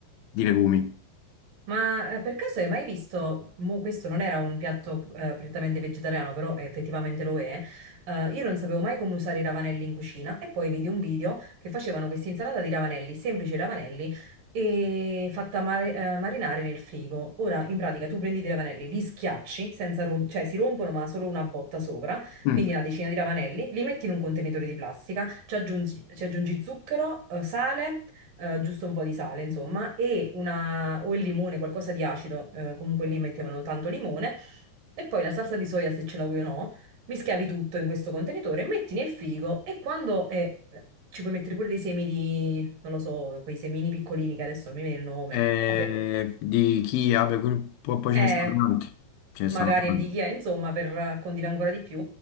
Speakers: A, on the left (about 80°); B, on the right (about 60°).
A: di legumi.
B: Ma eh, per caso hai mai visto, mo questo non era un piatto eh, prettamente vegetariano, però effettivamente lo è, eh, io non sapevo mai come usare i ravanelli in cucina e poi vidi un video che facevano questa insalata di ravanelli, semplici ravanelli, e fatta mar- eh, marinare nel frigo. Ora, in pratica, tu prendi dei ravanelli, li schiacci, senza rom- cioè si rompono ma solo una botta sopra,
A: Mm.
B: quindi una decina di ravanelli, li metti in un contenitore di plastica, ci aggiungi, ci aggiungi zucchero, eh, sale eh, giusto un po' di sale, insomma, e una, o il limone, qualcosa di acido, eh, comunque lì mettevano tanto limone, e poi la salsa di soia, se ce la vuoi o no, mischiavi tutto in questo contenitore, metti nel frigo e quando è- eh, ci puoi mettere pure dei semi di, non lo so, quei semini piccolini che adesso non mi viene il nome,
A: Eh,
B: vabbè, co-
A: di chi vabbè, quel- poi, poi
B: eh,
A: ce ne sono tanti. Ce ne
B: magari
A: sono tanti.
B: di chia, insomma, per condire ancora di più.